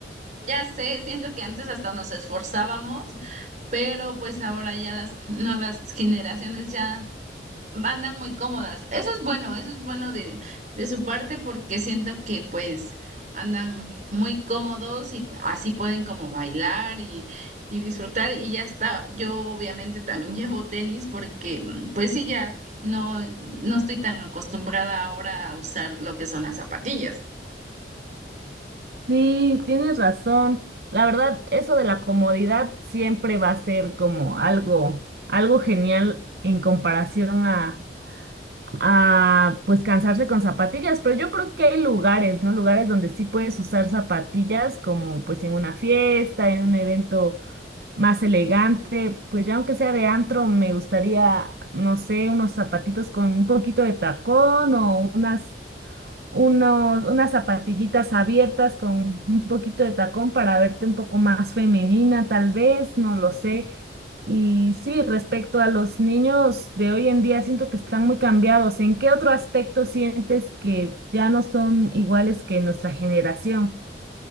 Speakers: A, on the right; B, on the right.
A: Ya sé, siento que antes hasta nos esforzábamos, pero pues ahora ya las nuevas generaciones ya andan muy cómodas. Eso es bueno, eso es bueno de, de su parte porque siento que pues andan muy cómodos y así pueden como bailar y, y disfrutar y ya está. Yo obviamente también <laughs> llevo tenis porque mm, pues sí, ya no, no estoy tan acostumbrada ahora a usar lo que son las zapatillas.
B: Sí, tienes razón. La verdad, eso de la comodidad siempre va a ser como algo, algo genial en comparación a, a, pues cansarse con zapatillas. Pero yo creo que hay lugares, ¿no? Lugares donde sí puedes usar zapatillas, como pues en una fiesta, en un evento más elegante. Pues ya aunque sea de antro, me gustaría, no sé, unos zapatitos con un poquito de tacón o unas unos, unas zapatillitas abiertas con un poquito de tacón para verte un poco más femenina, tal vez, no lo sé. Y sí, respecto a los niños de hoy en día, siento que están muy cambiados. ¿En qué otro aspecto sientes que ya no son iguales que nuestra generación?